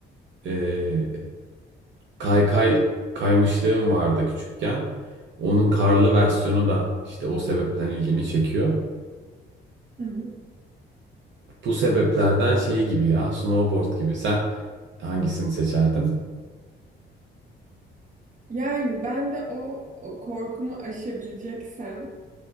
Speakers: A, on the right (about 65°); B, on the right (about 40°).
A: e, kaykay kaymışlığım vardı küçükken. Onun karlı versiyonu da işte o sebepten ilgimi çekiyor.
B: hı hı.
A: Bu sebeplerden şey gibi ya snowboard gibi. Sen hangisini seçerdin?
B: Yani ben de o, o korkumu aşabileceksem